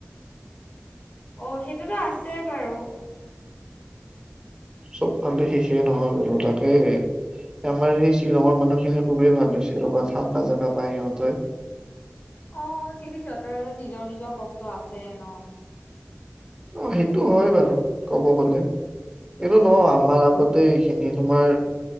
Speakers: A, on the left (about 40°); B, on the right (about 20°).
A: অ সেইটোতো আছে বাৰু
B: চবফালে শেষেই নহয় বলো তাকে আমাৰ সেই শ্বিলঙৰ মানুহখিনি খুবেই ভাল হৈছে ৰ'বা ঠাণ্ডা জাগা পায় সিহত
A: অ' কিন্তু সিহঁতৰ নিজৰ নিজৰ কষ্ট আছে ন।
B: অ' সেইটো হয় বাৰু ক'ব গলে। এইএ ন আমাৰ আগতে এইখিনি তোমাৰ